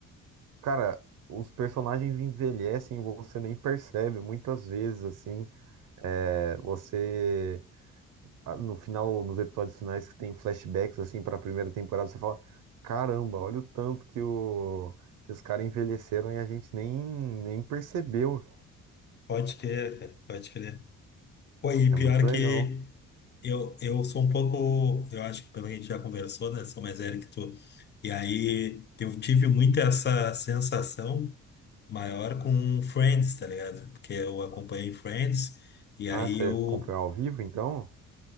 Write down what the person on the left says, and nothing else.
Pode crer, cara. Pode crer. Pô, e
pior
que. Eu, eu sou um pouco, eu acho que pelo que a gente já conversou, né? Sou mais velho que tu. E aí eu tive muito essa sensação maior com Friends, tá ligado? Porque eu acompanhei Friends e aí
eu,